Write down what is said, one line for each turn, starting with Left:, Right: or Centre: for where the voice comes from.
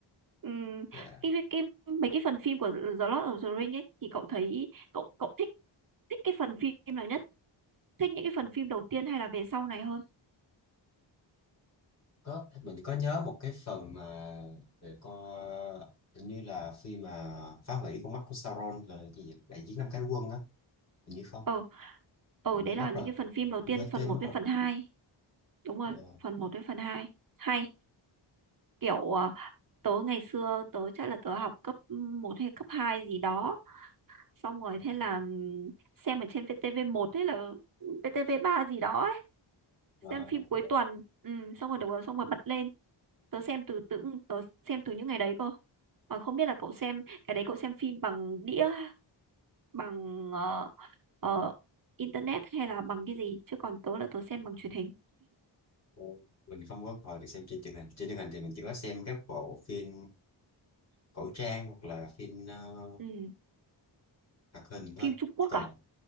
Right: Ừm,
Left: yeah.
Right: cái, vi- cái mấy cái phần phim của The Lord of the Ring ấy thì cậu thấy cậu cậu thích thích cái phần phim nào nhất thích những cái phần phim đầu tiên hay là về sau này hơn
Left: Có mình có nhớ một cái phần mà về con hình như là khi mà phá hủy con mắt của Sauron là cái gì vậy? Đại chiến năm cánh quân á, hình như không?
Right: ờ ờ
Left: mình
Right: đấy
Left: quên mất
Right: là những
Left: rồi
Right: cái phần phim đầu
Left: mình
Right: tiên
Left: quên
Right: phần
Left: tên
Right: một
Left: mất
Right: với
Left: rồi
Right: phần hai đúng rồi
Left: Dạ.
Right: phần một với phần 2 hay kiểu ờ, tớ ngày xưa tớ chắc là tớ học cấp một hay cấp 2 gì đó xong rồi thế là ừm, xem ở trên vtv một hay là vtv ba gì đó
Left: Ờ,
Right: xem phim cuối tuần ừ, xong rồi được rồi xong rồi bật lên tớ xem từ từ tớ xem từ những ngày đấy cơ còn không biết là cậu xem cái đấy cậu xem phim bằng đĩa bằng ờ, ờ, internet hay là bằng cái gì chứ còn tớ là tớ xem bằng truyền hình
Left: ờ, mình không có hồi được xem trên truyền hình trên truyền hình thì mình chỉ có xem các bộ phim cổ trang hoặc là phim ờ,
Right: ừ.
Left: hoạt hình thôi
Right: phim Trung Quốc
Left: còn
Right: à